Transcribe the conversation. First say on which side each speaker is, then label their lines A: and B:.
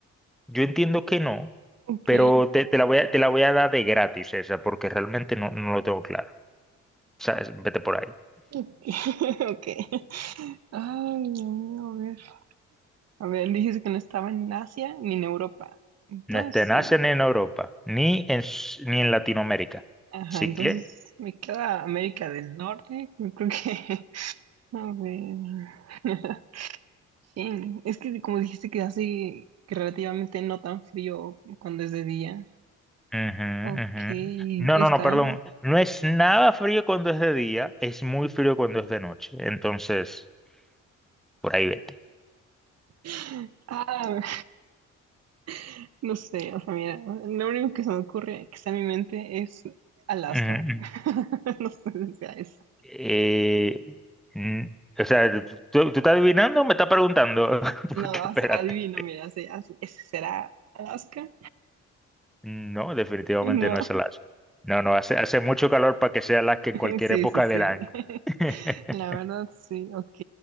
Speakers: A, in the centre; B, on the right.
A: yo entiendo que no,
B: Ok,
A: pero te, te la voy a, te la voy a dar de gratis esa, porque realmente no, no lo tengo claro. O sea, es- vete por ahí.
B: ok, <laughs> ok. Ay, Dios mío, a ver. A ver, dices que no estaba en Asia ni en Europa. Entonces,
A: No te nacen en Europa, ni en, S- ni en Latinoamérica.
B: ajá,
A: Así
B: entonces
A: que.
B: me queda América del Norte. Yo creo que, <laughs> a ver. <laughs> sí, Es que como dijiste que hace que relativamente no tan frío cuando es de día.
A: Ujú,
B: Ok,
A: ujú. No,
B: está.
A: no, no, perdón. No es nada frío cuando es de día, es muy frío cuando es de noche. Entonces, por ahí vete.
B: <gasps> Ah, <laughs> no sé, o sea, mira, lo único que se me ocurre que está en mi mente es Alaska.
A: Ujú,
B: <laughs> No sé si sea eso.
A: Eh, mm, o sea, ¿tú, tú estás adivinando o me estás preguntando? <laughs>
B: No,
A: Porque espérate.
B: o sea, adivino, mira, sí, así- ese será Alaska.
A: No, definitivamente
B: No,
A: no es Alaska. No, no, hace, hace mucho calor para que sea Alaska
B: <laughs>
A: en cualquier
B: sí,
A: época
B: sí, sí.
A: del año.
B: <laughs>
A: <laughs>
B: La verdad, sí, ok.